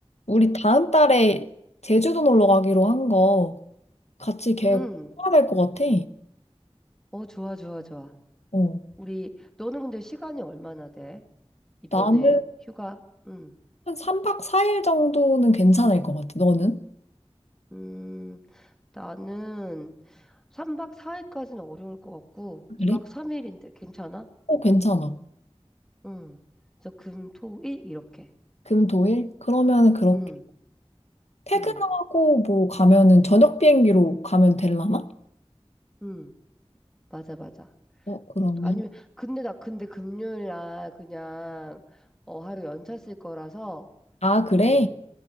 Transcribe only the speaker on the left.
우리 다음 달에 제주도 놀러 가기로 한 거 같이 계획
해야 될 것 같아.
어.
나는
한 3박 4일 정도는 괜찮을 것 같아. 너는?
그래?
어, 괜찮아.
금, 토, 일? 그러면은 그렇게
퇴근하고
뭐 가면은 저녁 비행기로 가면 되려나?
어, 그러면.
아, 그래?